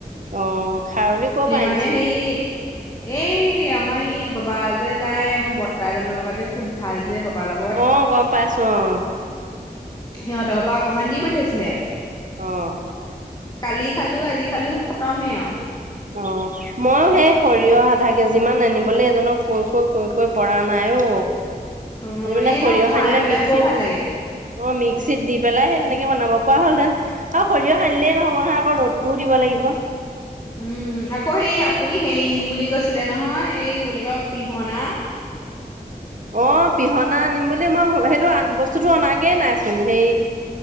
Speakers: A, on the right; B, on the left.
A: অ, খাৰলি কৰ পৰা আনিছিলা।
B: মানে সেই এই আমাৰ এই বাবা যে যায় আমাৰ বৰদেউতা এজনৰ লগত যে খুব ভাল যে বাবাৰ লগত।
A: অ গম পাইছোঁ অ
B: সিহঁতৰ ঘৰ পৰা অকণমান দি পঠিয়াইছিলে।
A: অ
B: কালি খালো আজি খালো খতমেই আৰু।
A: অ মইয়ো সেই সৰিয়হ আধা কেজিমান আনিবলৈ এজনক কৈ কৈ কৈ কৈ পৰা নাই অ।
B: অ
A: মানে
B: এই
A: সৰিয়হ
B: ন খাই
A: সানিলে
B: পেলাই
A: মিক্সিত
B: বৰ ভাল লাগে।
A: অ মিক্সিত দি পেলাই সেই তেনেকে বনাব পৰা হলহেতেন। আৰু সৰিয়হ আনিলে নহ'ব নহয় আকৌ ৰদটোও দিব লাগিব।
B: উম আকৌ সেই আপুনি হেৰি নিম বুলি কৈছিলে নহয় এই কি বুলি কয় পিহনা।
A: অ পিহনা আনিম বুলি মই সেইটো বস্তুটো অনাগে নাইচোন হেৰি